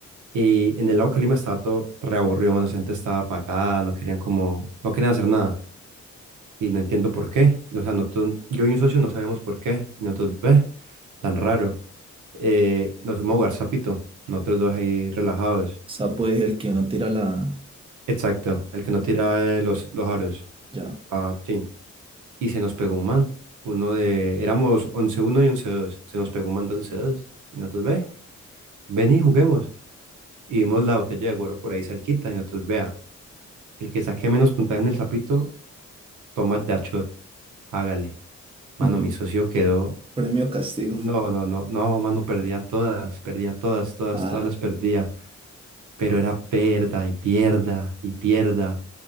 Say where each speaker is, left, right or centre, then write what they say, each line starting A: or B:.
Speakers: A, on the right (about 80°); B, on the right (about 20°).
A: Y en el Lago Calima estaba todo reaburrido, mano, la gente estaba apagada, no querían como, no querían hacer nada. y no entiendo por qué. O sea, nosotros, yo y un socio no sabíamos por qué. Y nosotros, ve, tan raro. Eh, nos fuimos a jugar sapito, nosotros dos ahí relajados.
B: sea, pues el que uno tira la...
A: Exacto, el que no tira eh, los, los aros.
B: Ya.
A: Ah, trin. Y se nos pegó un man. Uno de, éramos once uno y once dos Se nos pegó un man de 11-2. Y nosotros, ve, ven y juguemos. Y vimos la botella de guaro por ahí cerquita. Y nosotros, vea, el que saque menos puntaje en el sapito, toma de a shot. Hágale. Mano,
B: <laughs>
A: mi socio quedó
B: Premio castigo.
A: No, no, no, no, mano, perdía todas, perdía todas, todas,
B: Ah,
A: todas las perdía, pero era perda y pierda y pierda.